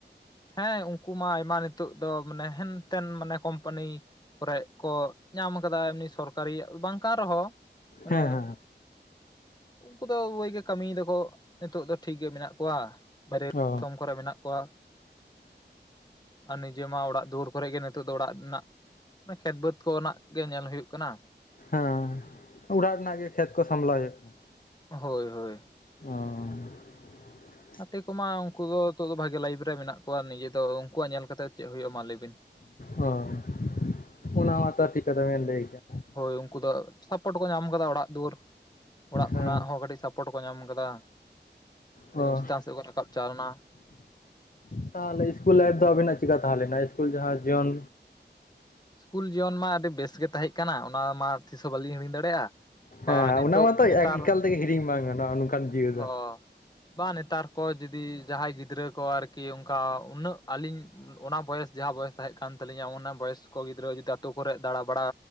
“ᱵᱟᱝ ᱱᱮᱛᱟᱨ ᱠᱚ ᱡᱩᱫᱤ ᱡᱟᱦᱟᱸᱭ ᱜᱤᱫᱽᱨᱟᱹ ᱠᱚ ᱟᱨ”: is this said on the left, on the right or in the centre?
Left